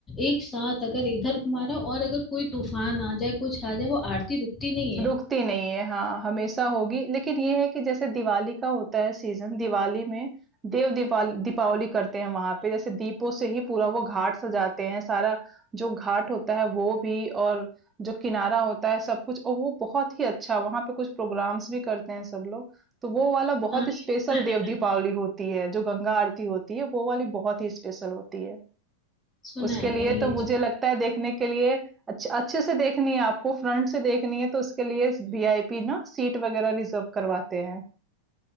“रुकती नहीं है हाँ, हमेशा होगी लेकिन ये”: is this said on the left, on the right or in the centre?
Right